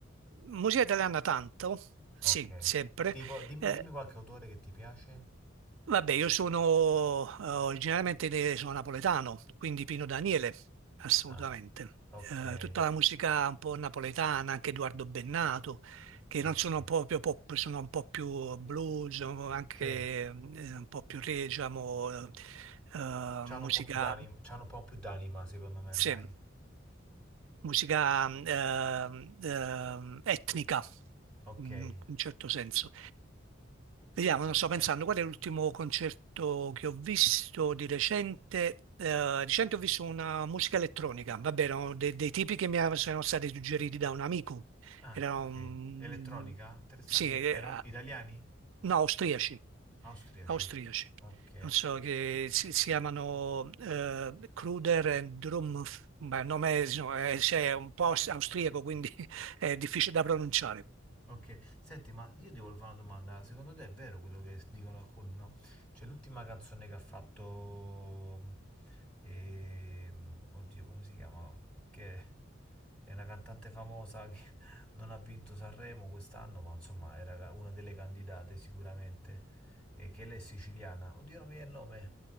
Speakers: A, on the right (about 75°); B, in the centre.
A: Musica italiana tanto,
B: Ok.
A: sì, sempre.
B: Tipo, dimmi,
A: eh,
B: dimmi qualche autore che ti piace.
A: Vabbè, io sono eh, originariamente de- sono napoletano, quindi Pino Daniele, assolutamente.
B: Ah, ok,
A: Eh, tutta la musica un po' napoletana, anche Edoardo Bennato, che
B: ok.
A: non sono proprio pop, sono un po' più blues, sono anche
B: Sì,
A: eh, un po' più re, diciamo, eh, eh,
B: c'hanno
A: musica
B: un po' più d'anima, c'hanno un po' più d'anima secondo me,
A: sì,
B: dai.
A: musica ehm, ehm, etnica,
B: Ok.
A: in
B: Eh,
A: un certo senso. Vediamo,
B: eh,
A: non sto pensando, qual è l'ultimo concerto che ho visto di recente? Eh, di recente ho visto una musica elettronica, vabbè, erano de- dei tipi che mi sono stati suggeriti da un amico,
B: Ah,
A: erano,
B: ok.
A: mm,
B: Elettronica? Interessante.
A: sì, eh,
B: E- Erano italiani?
A: no, austriaci
B: Austriaci.
A: austriaci.
B: Ok.
A: Non so, che si, si chiamano eh, Kruder and Drumpf, ma il nome è, no, è- cioè, è un po' aus- austriaco, quindi <laughs> è difficile da pronunciare.
B: Ok, senti, ma io ti volevo fare una domanda. Secondo te è vero quello che dicono alcuni, no? Cioè, l'ultima canzone che ha fatto. mm, ehm, oddio, come si chiama? Che è una cantante famosa che <laughs> non ha vinto Sanremo quest'anno, ma insomma era ca- una delle candidate sicuramente. E che lei è siciliana. Oddio, non mi viene il nome.